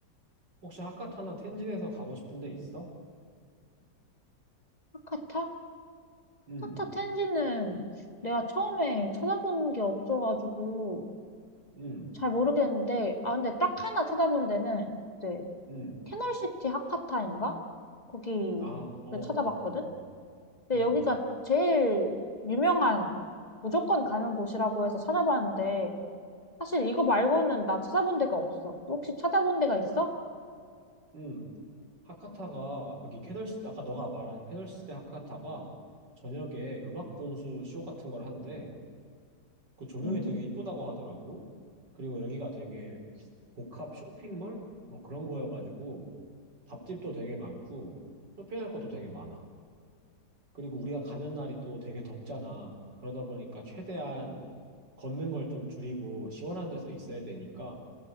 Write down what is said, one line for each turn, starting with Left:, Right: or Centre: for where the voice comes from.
Right: 혹시 하카타나 텐진에서 가고 싶은 데 있어?
Left: 하카타?
Right: 응
Left: 하카타 텐지는 내가 처음에 찾아본 게 없어가지고
Right: 응
Left: 잘 모르겠는데, 아, 근데 딱 하나 찾아본 데는 이제
Right: 응
Left: 캐널시티 하카타인가? 거기
Right: 아, 어, 어, 어.
Left: 찾아봤거든?
Right: 어.
Left: 근데
Right: 응
Left: 여기가 제일 유명한 무조건 가는 곳이라고 해서 찾아봤는데 사실 이거 말고는 나 찾아본 데가 없어. 혹시 찾아본 데가 있어?
Right: 응 하카타가 여기 캐널시 아까 너가 말한 캐널시대 하카타가 저녁에 음악 분수 쇼 같은 걸 한대. 그 조명이
Left: 음.
Right: 되게 이쁘다고 하더라고. 그리고 여기가 되게 복합 쇼핑몰? 뭐 그런 거여가지고 밥집도 되게 많고 쇼핑할 것도 되게 많아. 그리고 우리가 가는 날이 또 되게 덥잖아. 그러다 보니까 최대한 걷는 걸 좀 줄이고 시원한 데서 있어야 되니까